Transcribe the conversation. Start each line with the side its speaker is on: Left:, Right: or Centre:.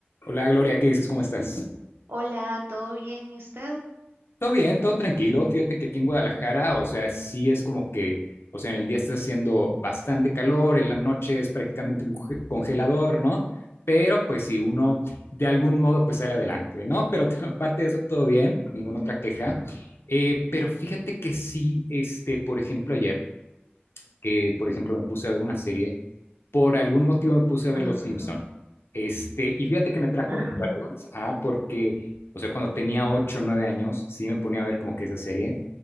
Left: Hola Gloria, ¿qué dices? ¿Cómo estás?
Right: Hola, ¿todo bien? ¿Y usted?
Left: Todo bien, todo tranquilo. Fíjate que aquí en Guadalajara, o sea, sí es como que, o sea, en el día está haciendo bastante calor, en la noche es prácticamente un conge- congelador, ¿no? Pero pues si uno de algún modo pues sale adelante, ¿no? Pero <laughs> aparte de eso, todo bien, ninguna otra queja. Eh, pero fíjate que sí, este, por ejemplo, ayer, que por ejemplo me puse a ver una serie por algún motivo me puse a ver
Right: Ajá,
Left: Los Simpson. Este, y fíjate que me trajo
Right: <laughs> ajá,
Left: recuerdos, ah, porque, o sea, cuando tenía 8 9 años, sí me ponía a ver como que esa serie.